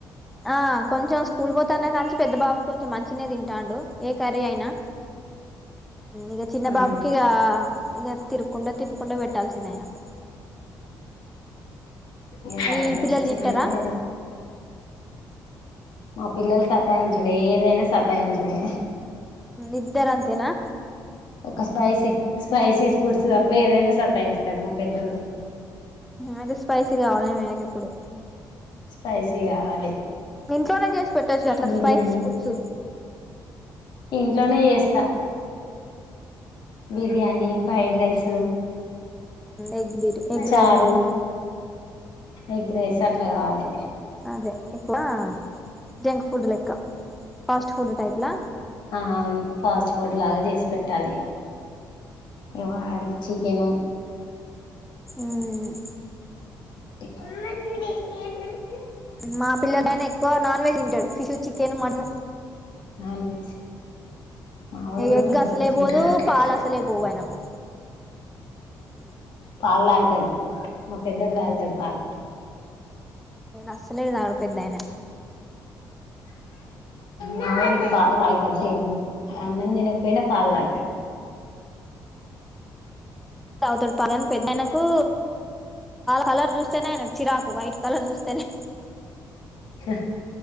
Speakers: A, in the centre; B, on the left.
A: ఆ కొంచెం స్కూల్ పోతానే కానిసి పెద్ద బాబు కొంచెం మంచిిన తింటాండు ఏ కర్రీ అయినా ఇక చిన్న
B: ఆ
A: బాబుకి ఇగ ఇక తిరుకుండా తిప్పుకుండా పెట్ ంద ఆయనకు
B: ఇ వాడు
A: మీ
B: కొంచెం
A: పిల్లలు
B: చిన్నాడు
A: తింటారా
B: కదా మా పిల్లలు సతాయించడే ఏదైనా సతాయించడే
A: ఇద్దార అంతేనా
B: ఒక స్పైసీ స్పైసీ ఫుడ్స్ తప్ప ఏదైనా సతా యిస్తాడు మా పెద్దోడు
A: అయితే స్పైసీ కావాలి మనకి ఎప్పుడు
B: స్పైసీ కావాలి
A: ఇంట్లోనే చేస్త పెట్టోచ్చు గ అట్లా
B: బిర్యానీ
A: స్పైసీస్ ఫుడ్స్
B: ఇంట్లోనే చేస్తా బిర్యానీ ఫ్రైడ్ రైస్ స
A: ఎగ్ బిర్యా ఎగ్
B: చారు
A: రైస్
B: ఎగ్గ రైస్ అట్లా గావాలి
A: అదే ఎక్కువ జంక్ ఫుడ్ లెక్క ఫాస్ట్ ఫుడ్ టైప్లా
B: ఆ అవును ఫాస్ట్ ఫుడ్ లాగా చేసి పెట్టాలి ఇ వాడికి చికెను
A: మ్
B: మంది
A: మా పిల్లడు ఆయన ఎక్కువ నాన్ వెెజ్ తింటాడు ఫిష్ వచ్చి తిన మన్న
B: నాన్ వెజ్ మావోడు కూడా
A: ఎగ్
B: పెద్దోడు
A: అసలే
B: తింటాడు
A: పోదు
B: అట్లే
A: పాల్ అసలే పోవ అయనకు ఆ
B: పాలు తాగుతాడు మా పెద్ధోడు తాగుతాడు పాలు
A: అసలే తాగడు పెద్దాయాన
B: మావోడికి పాలు తాగుతాడు అన్నం దినక పోయినా పాలు తాగుతాడు
A: తాగుతాడు పాలని పెద్ద ఆయనకుా కలర్ చూస్తేనే ఆయనకు చిరాకు వైట్ కలర్ చూస్తేనే
B: హ